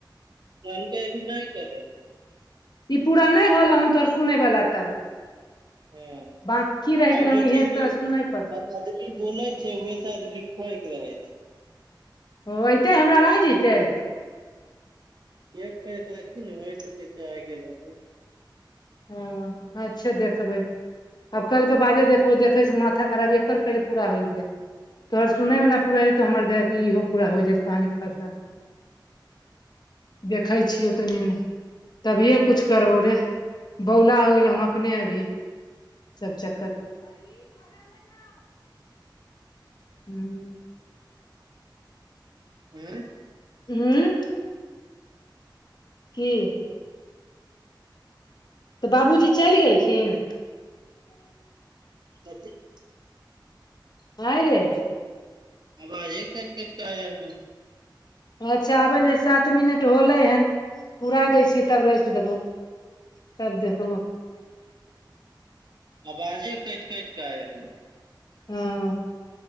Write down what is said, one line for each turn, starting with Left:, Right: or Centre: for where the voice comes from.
Right: कहलकै अभी नहि करै
Left: ई पूरा नहि होलहन तोहर सुनै बाला तब
Right: हँ
Left: बाकी रहि
Right: आब
Left: गेलौ
Right: जे
Left: हन
Right: छै
Left: इहे
Right: कि
Left: तोरा सुनै पड़
Right: अब आदमी बोले छै उहे शायद लिखै के रहे छै
Left: ऊ अयतै हमरा आय जतै
Right: चेक करै रहथीन ने होइ सकै छै आय गेल होतो
Left: हँ अच्छै देखबै आब कलके बादे देखबो देखै से माथा खराब एकर पहिले पूरा होय न दे तोहर सुनै वला पूरा हेतो हमर दे इहो पूरा होय जायत कहानी खतम देखै छियो तनि-मनी तभियै कुछ करबो रे बौला हो गेल हम अपने अभी ई सब चक्कर में <unintelligible>
Right: आँय
Left: हूं की तऽ बाबूजी चैल गेलखिन
Right: <unintelligible>
Left: भाय रे
Right: आवाजे कइट कइट के आ रहलो
Left: अच्छा आबै ले सा सात मिनट होलै हन पुराय दै छियै तब राखि देबौ तब देखबो
Right: आवाजे कटि-कटि कऽ आय रहलो
Left: हँ